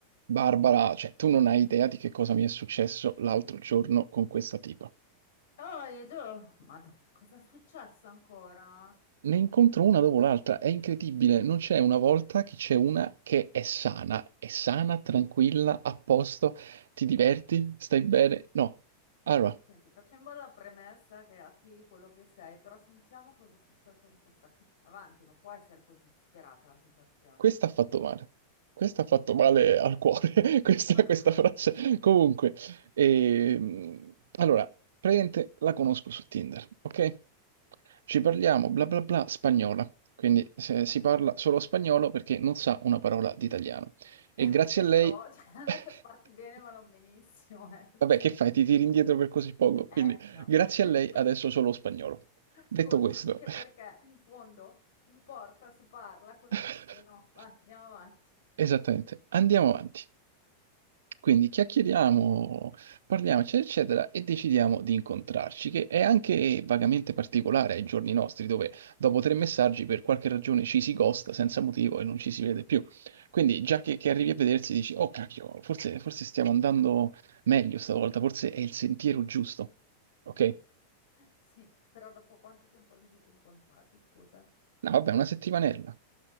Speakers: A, on the right; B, on the left.
A: Barbara, cioè tu non hai idea di che cosa mi è successo l'altro giorno con questa tipa.
B: Oh, Edo, Madonna, cosa è successo ancora?
A: Ne incontro una dopo l'altra, è incredibile, non c'è una volta che c'è una che è sana, è sana, tranquilla, a posto, ti diverti, stai bene. No. Allora,
B: Senti, facciamo la premessa che attiri quello che sei, però sentiamo cosa è successo con questa qui. Avanti, non può essere così disperata la situazione.
A: Questa ha fatto male. Questa ha fatto male al cuore, <laughs> questa,
B: <laughs>
A: questa frase. Comunque, ehm, allora, praticamente la conosco su Tinder, ok? Ci
B: Sì,
A: parliamo, bla bla bla, spagnola. Quindi se-
B: spagnola.
A: si parla solo spagnolo perché non sa una parola di italiano. E
B: E anche
A: grazie
B: te
A: a lei...
B: però, <laughs> cioè, non
A: <laughs>
B: è che parti bene ma non benissimo, è
A: Vabbè,
B: semplice.
A: che fai? Ti tiri indietro per così poco. Quindi,
B: Eh, no.
A: grazie
B: <laughs>
A: a lei adesso solo spagnolo. Detto
B: Scusa,
A: questo...
B: anche perché in fondo importa se parla, cosa
A: <laughs>
B: dice, no? Vai, andiamo avanti.
A: Esattamente, andiamo avanti. Quindi chiacchieriamo, parliamoci, eccetera, e decidiamo di incontrarci, che è anche vagamente particolare ai giorni nostri, dove dopo tre messaggi per qualche ragione ci si ghosta senza motivo e non ci si vede più. Quindi già che, che arrivi a vedersi dici, oh cacchio, forse, forse stiamo andando meglio stavolta,
B: Bene.
A: forse è il sentiero giusto. Ok?
B: <laughs> Sì, però dopo quanto tempo vi siete incontrati, scusa?
A: No, vabbè, una settimanella,